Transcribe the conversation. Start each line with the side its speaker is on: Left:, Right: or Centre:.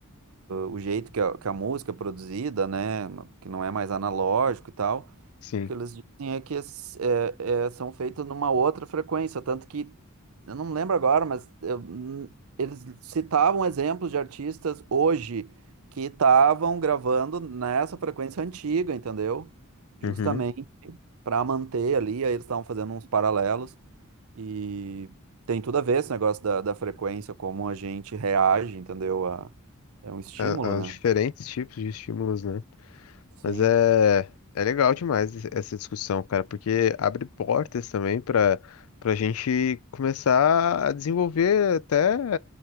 Right: o jeito que a, que a música é produzida, né, que não é mais analógico e tal,
Left: Sim.
Right: o que eles dizem é que es- é- é- são feitas numa outra frequência, tanto que, eu não lembro agora, mas eu- n- eles citavam exemplos de artistas hoje que estavam gravando nessa frequência antiga, entendeu? Justamente
Left: Uhum.
Right: para manter ali, aí eles estavam fazendo uns paralelos e tem tudo a ver esse negócio da, da frequência, como a gente reage, entendeu? A, é um estímulo,
Left: A- Aos
Right: né?
Left: diferentes tipos de estímulos, né?
Right: Sim.
Left: Mas é, é legal demais es- essa discussão, cara, porque abre portas também para para a gente começar a desenvolver até